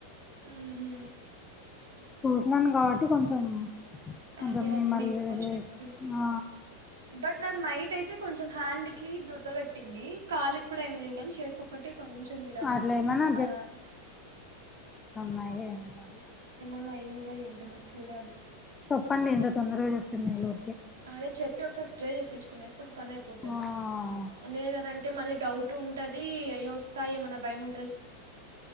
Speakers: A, on the right; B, on the left.
A: ఉ హు
B: న్నాను కాబట్టి కొంచెం కొంచెం
A: అదే
B: మిమ్మల్ని
A: అదే మీకు కొంచెం
B: ఇది
A: ఎక్స్పీ
B: ఆ
A: బట్ నాకు నైట్ అయితే కొంచెం హ్యాండ్ కి దురద పెట్టింది కాలికి కూడాఎం లే గాని చేతుకొక్కటే కొంచెం ఇడ
B: అట్లా ఏమైనా
A: ఆ
B: మరే అ మరి
A: ల్ అయిందో ఇంట మరి చూడాలి
B: పండి ఎంతొందరగా చెప్తున్నా మేలరు
A: అదే చెప్పి ఒకసారి స్ప్రే చెప్పంచుకునేస్తే ఒక పని అయిపోతది
B: ఆ
A: లేదనింటే మళ్ళీ డౌట్ ఉంటది అయ వస్తాయి మన భయం ఉంట్